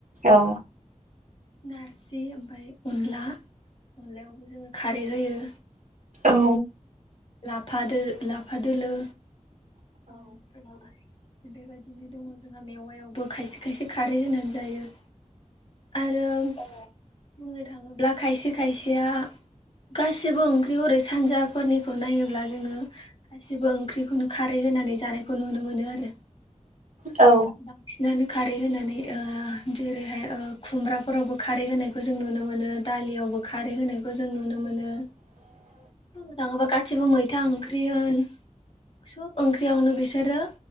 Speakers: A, on the right; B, on the left.
A: औ
B: नारजि ओमफ्राय अनला अनलायावबो जोङो खारै होयो।
A: औ
B: लाफा दो लाफा दोलो औ <unintelligible> बेबायदिनो दङ जोंहा मेवायावबो खायसे खायसे खारै होनानै जायो। आरो औ बुंनो थाङोब्ला खायसे खायसेया गासिबो ओंख्रि हरै सानजाफोरनिखौ नायोब्ला जोङो गासिबो ओंख्रिखौनो खारै होनानै जानायखौ नुनो मोनो आरो।
A: औ
B: बांसिनानो खारै होनानै ओ जेरैहाय ओ खुमब्राफोरावबो खारै होनायखौ जों नुनो मोनो। दालियावबो खारै होनायखौ जों नुनो मोनो।
A: <inaudible>
B: बुंनो थाङोबा गासिबो मैथा ओंख्रि होन सब ओंख्रियावनो बिसोरो